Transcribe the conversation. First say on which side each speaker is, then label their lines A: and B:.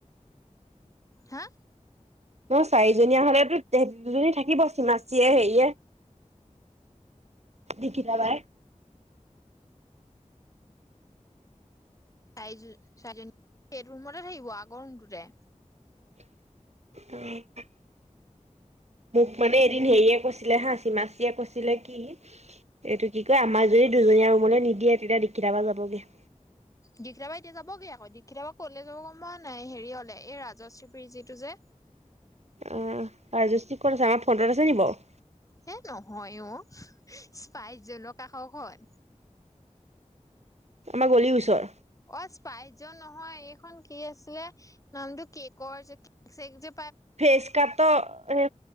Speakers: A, on the left; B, on the right.
A: হা?
B: ন চাৰিজনীয়া হলেতো দুজনী থাকিব চিমাচিয়ে হেৰিয়ে, দেঘিতাবাই।
A: চাৰিজন, চাৰিজনী, এইটো ৰুমতে থাকিব আগৰ ৰুমটোতে।
B: উম। মোক মানে এদিন হেৰিয়ে কৈছিলে হাঁ চিমাচিয়ে কৈছিলে, কি, এইটো কি কয় আমাৰ যদি দুজনীয়া ৰুমলৈ নিদিয়ে তেতিয়া দীক্ষিত বা যাবগে।
A: দীক্ষিত বা এতিয়া যাবগে অ' দীক্ষিত বা ক'লে যাব গম পাওঁ নাই হেৰি অলে এই ৰাজশ্ৰী পিজি টো যে।
B: অ' আৰু ৰাজশ্ৰী কত আছে আমাৰ ফণ্টত আছে নি বাৰু?
A: হে নহয় অ' স্পাইচজনক কাষৰ খন।
B: আমাৰ গলিৰ ওচৰ।
A: অ' স্পাইট যোৱা নহয় এইখন কি আছিলে নামটো, কেকৰ যে কেক চেক যে
B: ফেচ কাট হে